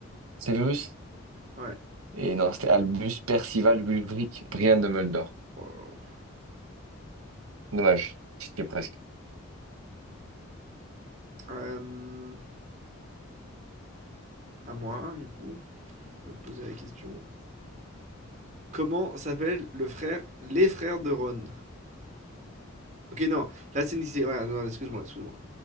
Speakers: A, on the right; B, on the right.
A: Severus?
B: Ouais.
A: Et non, c'était Albus, Percival, Wulfric, Brian, Dumbledore.
B: Oh là
A: Dommage, j'étais presque.
B: là. Euh, à moi, du coup, je vais te poser la question. Comment s'appellent le frère, les frères de Ron? Ok, non, là c'est Nixé. Ouais, non, excuse-moi, excuse-moi.